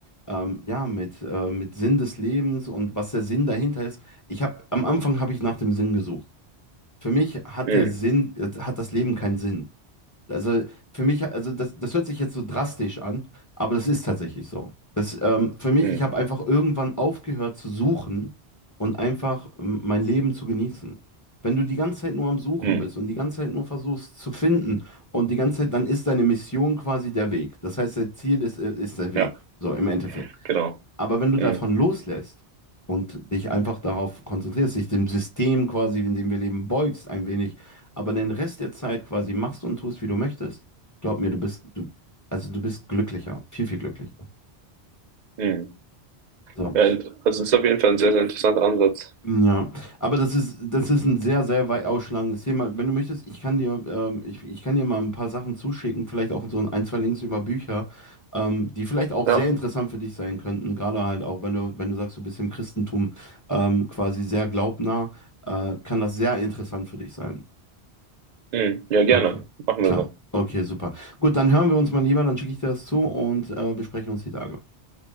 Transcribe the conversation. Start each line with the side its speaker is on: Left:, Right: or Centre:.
Left: ähm, ja, mit, äh, mit Sinn des Lebens und was der Sinn dahinter ist. Ich habe, am Anfang habe ich nach dem Sinn gesucht. Für mich hat
Right: Mhm.
Left: der Sinn, äh, hat das Leben keinen Sinn. Also für mich, also das, das hört sich jetzt so drastisch an, aber das ist tatsächlich so. Das, ähm, für mich,
Right: Mhm.
Left: ich habe einfach irgendwann aufgehört zu suchen und einfach ähm, mein Leben zu genießen. Wenn du die ganze Zeit nur am Suchen
Right: Mhm.
Left: bist und die ganze Zeit nur versuchst zu finden und die ganze Zeit, dann ist deine Mission quasi der Weg. Das heißt, dein Ziel ist, äh, ist der Weg,
Right: Ja,
Left: so im Endeffekt.
Right: genau.
Left: Aber wenn du
Right: Mhm.
Left: davon loslässt und dich einfach darauf konzentrierst, dich dem System quasi, in dem wir leben, beugst ein wenig, aber den Rest der Zeit quasi machst und tust, wie du möchtest, glaub mir, du bist, du, also du bist glücklicher, viel, viel glücklicher.
Right: Mhm.
Left: So.
Right: Ja, int- also ist auf jeden Fall ein sehr, sehr interessanter Ansatz.
Left: Ja, aber das ist, das ist ein sehr, sehr weit ausschlagendes Thema. Wenn du möchtest, ich kann dir, ähm, ich, ich kann dir mal ein paar Sachen zuschicken, vielleicht auch so ein, ein, zwei Links über Bücher, ähm, die vielleicht auch
Right: Ja.
Left: sehr interessant für dich sein könnten, gerade halt auch, wenn du, wenn du sagst, du bist im Christentum ähm, quasi sehr glaubnah, äh, kann das sehr interessant für dich sein.
Right: Mhm. Ja, gerne.
Left: Okay,
Right: Machen
Left: klar.
Right: wir so.
Left: Okay, super. Gut, dann hören wir uns mal lieber, dann schicke ich dir das zu und äh, besprechen uns die Tage.